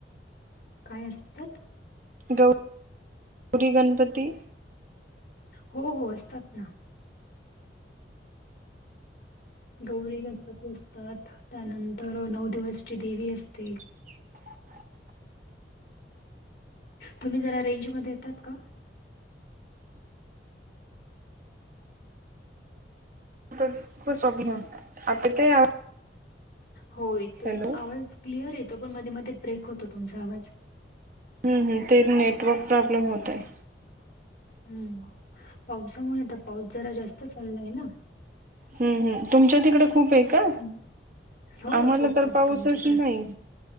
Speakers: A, on the left; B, on the right.
A: काय असतात?
B: गौरी गणपती?
A: हो हो असतात ना. गौरी गणपती असतात, त्यानंतर नऊ दिवसची देवी असते.
B: <inaudible>
A: तुम्ही जरा रेंजमध्ये येतात का?
B: <unintelligible> नव्हता. आता काय
A: हो येतोय
B: हॅलो
A: आवाज. क्लिअर येतो, पण मध्ये मध्ये ब्रेक होतो तुमचा आवाज.
B: हं हं ते नेटवर्क प्रॉब्लेम होताय.
A: हम्म पावसामुळे आता पाऊस जरा जास्त चाललाय ना.
B: हं हं तुमच्या तिकडे खूप पण हाय का?
A: हं. हो,
B: आम्हाला
A: खूप
B: तर
A: पाऊस
B: पाऊसच
A: आहे आमच्याकडे.
B: नाही.